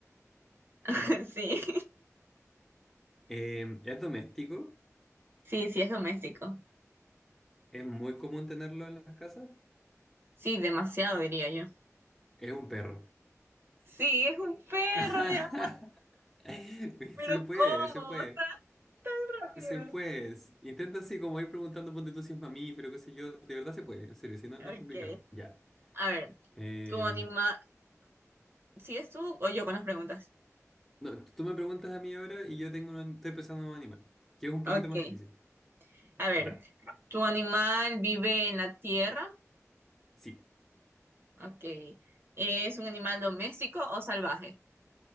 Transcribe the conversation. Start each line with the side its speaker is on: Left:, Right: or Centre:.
Right: <laughs> sí,
Centre: Em, ¿es doméstico?
Right: sí, sí, es doméstico.
Centre: ¿Es muy común tenerlo en las casas?
Right: Sí, demasiado diría yo.
Centre: ¿Es un perro?
Right: Sí, es un perro,
Centre: <laughs>
Right: Dios,
Centre: <laughs>
Right: pero
Centre: Se puede,
Right: ¿cómo?
Centre: se puede,
Right: Tan rápido.
Centre: se puede. Intenta así como ir preguntando, ponte tú si es mamífero, qué sé yo. De verdad se puede, en serio, si no,
Right: Ok.
Centre: no es complicado. Ya.
Right: A ver,
Centre: Eh,
Right: tu animal. ¿sigues tú o yo con las preguntas?
Centre: no, tú me preguntas a mí ahora y yo tengo un, estoy pensando en un animal, que es un poquito
Right: Ok.
Centre: más difícil.
Right: A ver,
Centre: Dale.
Right: ¿tu animal vive en la tierra?
Centre: Sí.
Right: Ok. ¿Es un animal doméstico o salvaje?